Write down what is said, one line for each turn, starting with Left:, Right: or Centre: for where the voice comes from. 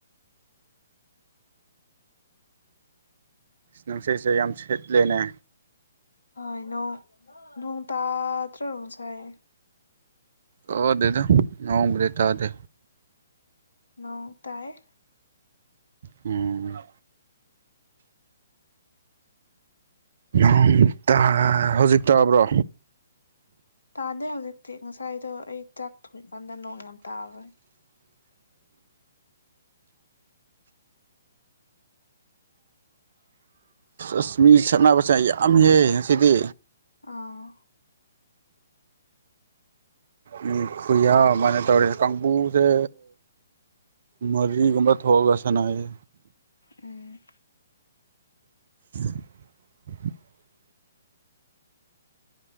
Left: <inaudible>
Right: ꯅꯨꯡꯁꯤꯠꯁꯦ ꯌꯥꯝ ꯁꯤꯠꯂꯦꯅꯦ
Left: ꯍꯣꯏ ꯅꯣꯡ ꯅꯣꯡ ꯇꯥꯗꯔꯣ ꯉꯥꯁꯥꯏ
Right: ꯇꯥꯗꯦꯗ ꯅꯣꯡꯕꯨꯗꯤ ꯇꯥꯗꯦ
Left: ꯅꯣꯡ ꯇꯥꯏꯌꯦ
Right: ꯎꯝ ꯅꯣꯡ ꯇꯥ ꯍꯧꯖꯤꯛ ꯇꯥꯕ꯭ꯔꯣ
Left: ꯇꯥꯗꯦ ꯍꯧꯖꯤꯛꯇꯤ ꯉꯁꯥꯏꯗꯣ ꯑꯩ ꯆꯥꯛ ꯊꯣꯡꯏꯀꯥꯟꯗ ꯅꯣꯡ ꯌꯥꯝ ꯇꯥꯒꯔꯦ
Right: ꯑꯁ ꯃꯤ ꯁꯛꯅꯕꯁꯦ ꯌꯥꯝꯃꯤꯍꯦ ꯉꯁꯤꯗꯤ
Left: ꯑꯥ
Right: ꯎꯝ ꯈꯨꯨꯌꯥꯃꯅꯦ ꯇꯧꯔꯤ ꯀꯥꯡꯕꯨꯁꯦ ꯃꯔꯤꯒꯨꯝꯕ ꯊꯣꯛꯑꯒ ꯁꯥꯅꯩꯌꯦ
Left: ꯎꯝ
Right: <unintelligible>